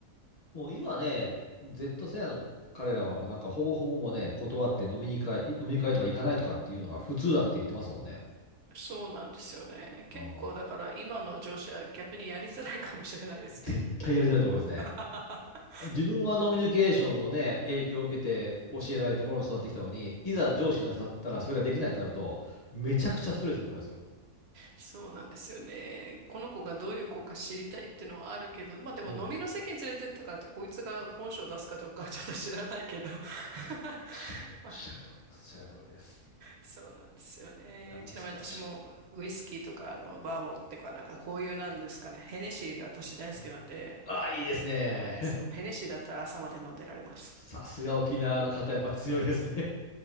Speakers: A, on the left (about 45°); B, on the right (about 70°).
A: もう今ね、Z 世代の彼らはもうなんかほぼほぼもうね、断って飲みに会、飲みに会とか行かないとかっていうのが普通だって言ってますもんね。
B: そうなんですよね。結構だから今の上司は逆にやりづらいかもしれないですね。
A: ああ、絶対やりづらいと思いますね。
B: <laughs>
A: 自分はノミニケーションのね、影響を受けて教えられてものに育ってきたのに、いざ上司になったらそれができないとなると、めちゃくちゃストレスだと思いますよ。
B: うん、そうなんですよね。この子がどういう子か知りたいっていうのはあるけど、まあでも飲みの席に連れてったからってこいつが本性を出すかどうかはちょっと知らないけど。
A: うん。えーおっしゃると、
B: <laughs> まあ、
A: おっしゃる通りです。おっしゃる通りです。
B: そうなんですよね。
A: いや、難しい。
B: ちなみに私もウイスキーとかあのバーボンっていうかなんかこういうなんですかね、ヘネシーが私大好きなんで、
A: はい、ああ、いいですね。
B: そう、ヘネシーだったら朝まで飲んでられます。
A: <laughs> さすが沖縄の方、やっぱ強いですね。